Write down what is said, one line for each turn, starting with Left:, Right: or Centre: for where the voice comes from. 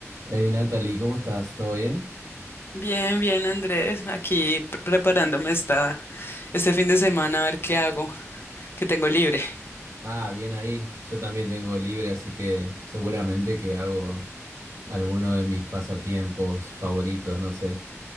Right: Hey Natalie, ¿cómo estás? ¿Todo bien?
Left: Bien, bien, Andrés, aquí pre- preparándome esta, este fin de semana a ver qué hago, que tengo libre.
Right: Ah, bien ahí. Yo también tengo libre, así que seguramente que hago alguno de mis pasatiempos favoritos, no sé.